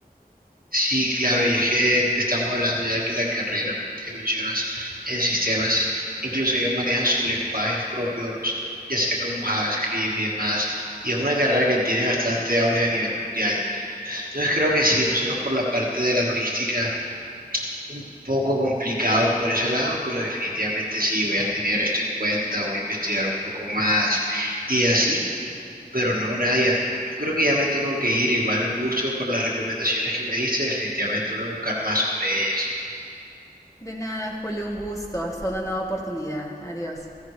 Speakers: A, on the right; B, on the left.
A: Sí, claro, y es que estamos hablando ya que la carrera que mencionas en sistemas, incluso ellos manejan sus lenguajes propios, ya sea como JavaScript y demás, y es una carrera que tiene bastante auge a nivel mundial. Entonces creo que sí, nosotros por la parte de la logística un poco complicado por ese lado, pero definitivamente sí, voy a tener esto en cuenta, voy a investigar un poco más y así, pero no, Nadia. Yo creo que ya me tengo que ir, igual un gusto por las recomendaciones que me diste, definitivamente voy a buscar más sobre ellas.
B: De nada, Julio, un gusto. Hasta una nueva oportunidad. Adiós.